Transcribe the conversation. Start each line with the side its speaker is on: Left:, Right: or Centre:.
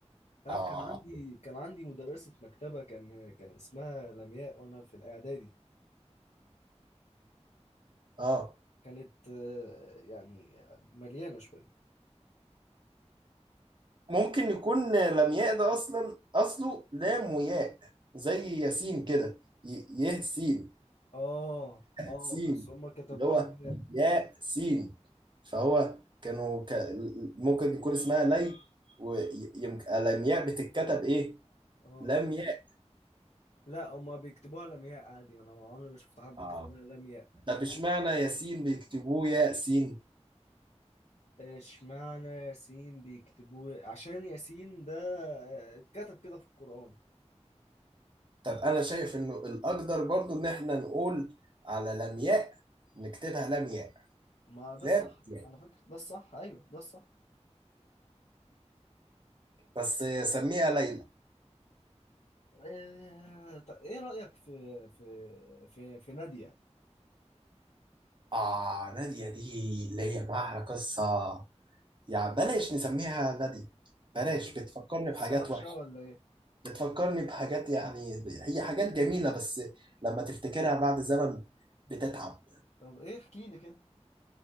Left: تعرف
Right: اه
Left: كان عندي كان عندي مدرسة مكتبة كان كان اسمها لمياء وانا في الاعدادي
Right: اه
Left: كانت آه، يعني مليانة شوية
Right: ممكن يكون لمياء ده اصلا اصله لام وياء زي ياسين كده ي- يه سين
Left: اه اه
Right: سين
Left: بس هما كتبوا
Right: اللي هو
Left: لمياء
Right: يا سين فهو كانوا ك... ممكن يكون اسمها لي ويمكن الامياء بتتكتب ايه
Left: اه
Right: لم ياء
Left: لا هما بيكتبوها لمياء عادي انا ما عمري ما شفت حد
Right: اه
Left: كتبها لمياء
Right: طب اشمعنى ياسين بيكتبوه ياسين
Left: اشمعنى ياسين بيكتبوه عشان ياسين ده آه، اتكتب كده في القرآن
Right: طب انا شايف انه الاقدر برضو ان احنا نقول على لمياء نكتبها لمياء
Left: ما ده
Right: لام
Left: الصح
Right: ياء
Left: على فكرة ده الصح ايوه ده الصح
Right: بس سميها ليلى
Left: آه، طب ايه رأيك في في في في نادية
Right: اه نادية دي اللي هي معاها قصة يعني بلاش نسميها نادية بلاش
Left: هي قص-
Right: بتفكرني
Left: قصة
Right: بحاجات
Left: وحشة
Right: وحشة
Left: ولا ايه
Right: بتفكرني بحاجات يعني هي حاجات جميلة بس لما تفتكرها بعد زمن بتتعب
Left: طب ايه احكي لي كده